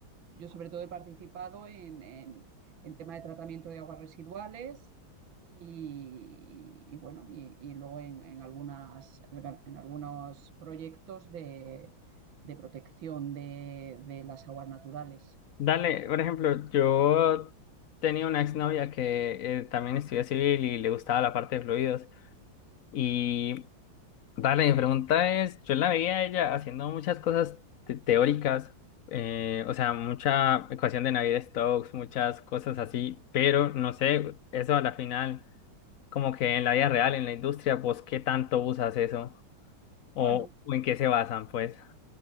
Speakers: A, on the right; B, on the left.
A: yo sobre todo he participado en, en, en tema de tratamiento de aguas residuales y, y bueno, y, y luego en, en algunas, en algunos proyectos de, de protección de, de las aguas naturales. O
B: Dale,
A: sea que,
B: por ejemplo, yo tenía una exnovia que eh, también estudia civil y le gustaba la parte de fluidos. Y dale, mi pregunta es, yo la veía a ella haciendo muchas cosas te- teóricas, eh, o sea, mucha ecuación de Navier-Stokes, muchas cosas así, pero no sé, eso a la final, como que en la vida real, en la industria, vos qué tanto usas eso o,
A: bueno,
B: o en qué se basan, pues.